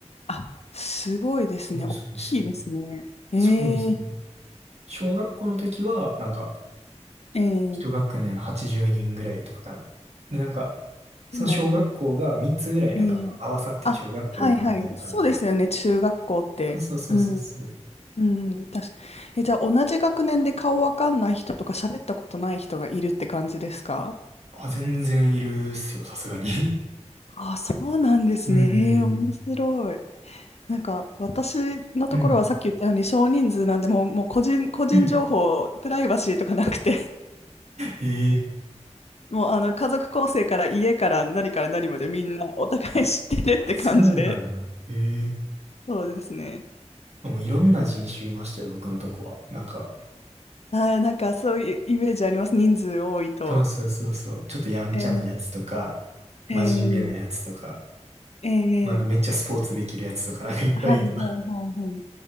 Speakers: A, on the left; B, on the right.
A: あ、すごいですね。
B: そうそうそう。
A: 大きいですね。えええ
B: そうですね。小学校の時は、なんか、
A: ええ、
B: 一学年80人ぐらいとかかな。で、なんか、その小学校が3つぐらい、
A: でも、うん、
B: なんか、
A: ええ
B: 合わさって中学校行くみたいな感じで。
A: あ、はいはい。そうですよね、中学校って。
B: そうそうそうそうそう。
A: うん、うん、確か。え、じゃあ、同じ学年で顔わかんない人とか喋ったことない人がいるって感じですか
B: あ、全然いるっすよ、さすがに。
A: あ、そうなんですね。
B: <laughs> うんうん
A: ええ面白い。なんか私のところはさっき言ったように少人数なんで、
B: うん。
A: もう、もう個人、個人情報、
B: うん。
A: プライバシーとかなくて、
B: <laughs> ええ
A: <laughs> もうあの家族構成から家から何から何までみんなお互い知ってるって感じで、
B: そうなんや。ええ
A: そうですね。
B: あもういろんな人種いましたよ、僕のとこは。なんか、
A: はい、なんかそういうイメージあります、人数多いと。
B: そうそうそうそう。ちょっとやんちゃなやつとか、
A: えー、えー、
B: 真面目なやつとか、
A: え
B: なんかめっちゃスポーツできるやつとか、
A: ー、
B: なんかいっぱいいた。
A: はいはいはいはい。